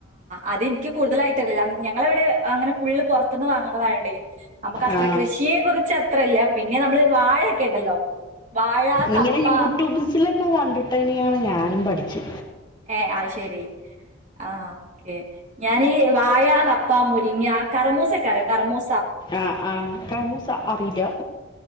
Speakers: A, on the right (about 35°); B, on the left (about 20°).
A: അതെനിക്ക് കൂടുതലായിട്ട അല്ല ഞങ്ങള ഇവിടെ അങ്ങനെ ഫള്ള് പുറത്തുന്ന് വാങ്ങണതായണ്ടേ നമുക്ക് അത്ര
B: ആ
A: കൃഷിയെ കുറിച്ച് ച്ചത്രല്ല പിന്നെ നമ്മള് വാഴക്കെ ഇണ്ടല്ലോ വാഴ,
B: ഇങ്ങനെ
A: കപ്പ
B: യൂട്യൂബ്സിലൊക്കെ കണ്ടി ട്ടന്നെയാണ് ഞാനും പഠിച്ച്
A: ഏഹ് അത് ശെരി ആഹ് ഓക്കെ ഞാനീ വാഴ കപ്പ മുരിങ്ങ കറമൂസൊക്കെ അറിയോ കറമൂ
B: ആഹ് ആഹ് കറിമൂസ അറിയില്ല